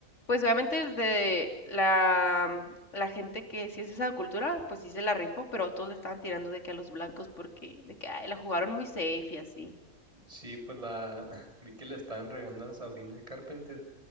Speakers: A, on the left; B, on the right.
A: pues obviamente el de la, mm, la gente que sí es de esa cultura, pues sí se la rifó, pero todos le estaban tirando de que a los blancos porque de que ay, la jugaron muy safe y así.
B: Sí, pues la <laughs> vi que le estaban regando a Sabrina Carpenter